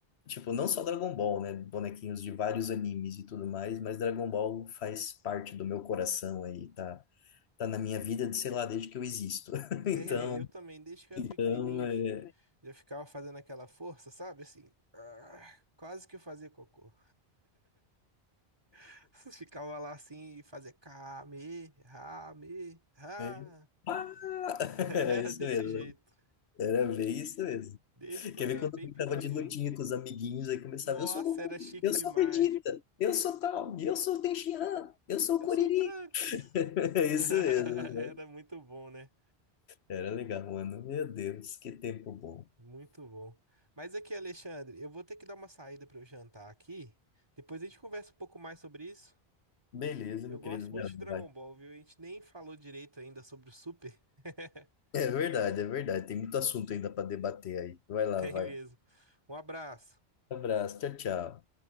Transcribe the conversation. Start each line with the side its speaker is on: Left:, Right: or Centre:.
Left: tipo, não só Dragon Ball, né? Bonequinhos de vários animes e tudo mais, mas Dragon Ball faz parte do meu coração aí, tá, tá na minha vida, de, sei lá, desde que eu existo. <laughs>
Right: De-
Left: Então,
Right: eu também, desde que eu era
Left: então
Right: pequenininho,
Left: é...
Right: fi, eu ficava fazendo aquela força, sabe? Assim, ah, quase que eu fazia cocô. <laughs> Ficava lá assim e fazia kame, rame, ha.
Left: é- <laughs>
Right: <laughs> Era
Left: Era isso
Right: desse
Left: mesmo.
Right: jeito,
Left: Era bem isso mesmo.
Right: desde quando
Left: Quer ver
Right: eu era
Left: quando
Right: bem
Left: eu brincava
Right: pequenininho.
Left: de lutinha com os amiguinhos, aí começava,
Right: Nossa,
Left: eu sou Goku,
Right: era chique
Left: eu
Right: demais.
Left: sou Vegeta, eu sou tal, eu sou o Tenshinhan, eu sou
Right: Eu
Left: o Kuririn.
Right: sou o Trunks.
Left: <laughs> É isso
Right: <laughs>
Left: mesmo.
Right: Era muito bom, né?
Left: Era legal, mano. Meu Deus, que tempo bom.
Right: Muito bom. Mas aqui, Alexandre, eu vou ter que dar uma saída para eu jantar aqui. Depois a gente conversa um pouco mais sobre isso.
Left: Beleza,
Right: Eu
Left: meu
Right: gosto
Left: querido. Vai,
Right: muito
Left: lá,
Right: de Dragon
Left: vai.
Right: Ball, viu? A gente nem falou direito ainda sobre o Super. <laughs>
Left: É verdade, é verdade. Tem muito assunto ainda para debater aí. Vai lá,
Right: Tem
Left: vai.
Right: mesmo. Um abraço.
Left: Abraço, tchau, tchau.